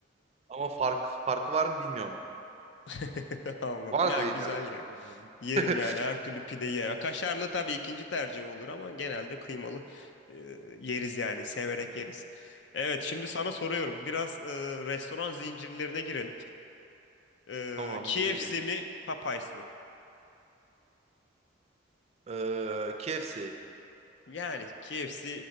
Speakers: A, on the right; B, on the left.
A: Ama fark farkı var mı bilmiyorum.
B: <laughs> Anladım.
A: Vardır
B: Ya güzel
A: illaki
B: ya.
A: bilmiyorum.
B: Yerim
A: <laughs>
B: yani her türlü pideyi yerim. Kaşarlı tabii ikinci tercihim olur ama genelde kıymalı e, yeriz yani severek yeriz. Evet şimdi sana soruyorum. Biraz e, restoran zincirlerine girelim. Ee,
A: Tamam
B: KFC
A: girelim.
B: mi Popeyes mi?
A: Ee, KFC.
B: Yani KFC